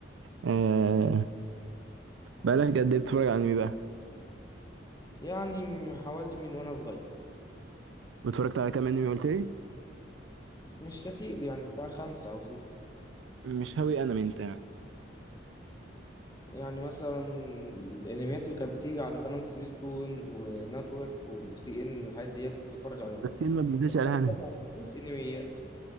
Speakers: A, on the right; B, on the left.
A: آه بقالك قد ايه بتتفرج على انمي بقى
B: يعني حوالي من وانا صغير
A: واتفرجت على كام انمي قلت لي
B: مش كتير يعني بتاع خمسة أو ستة
A: مش هاوي انمي انت يعني
B: يعني مثلا الانميات اللي كانت بتيجي على قناه سبيستون ونتورك وسي ان الحاجات ديت كنت بتفرج عليهم
A: بس سين ما بينزلش
B: هم
A: عليها
B: اصلا
A: انمي
B: ما يعتبروش انميات